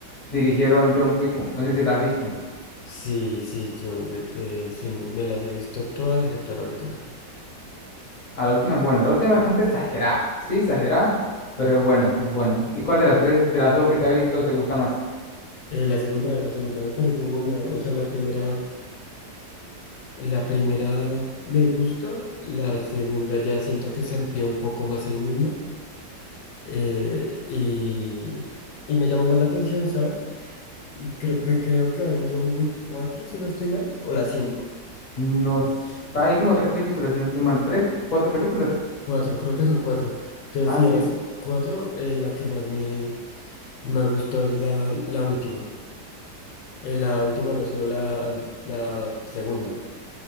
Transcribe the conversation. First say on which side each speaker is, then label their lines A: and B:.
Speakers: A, on the left (about 30°); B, on the left (about 85°).
A: dirigieron John Wick. No sé si la has visto.
B: Sí, sí, John Wick, eh, sí, me me las he visto todas excepto la última.
A: Ah, la última es buena. La última es bastante exagerada. Sí, exagerada, pero es buena, es buena. ¿Y cuál de las tres, de las dos que te has visto, te gusta más?
B: Eh, la segunda, la segunda me parece buena. O sea, la primera, la primera me gusta, la segunda ya siento que se amplía un poco más el mundo. eh, y, y me llamó más la atención, ¿sabes? Creo, pues, creo que van en John Wick 4 si no estoy mal, o las cinco
A: Nos, hay como tres películas, si no estoy mal, tres, cuatro películas.
B: cuatro creo que son cuatro Entonces,
A: Ah,
B: sí,
A: sí.
B: de las 4, la que más me, me gustó es la, la última. Eh, la última no, sino la, an- la segunda.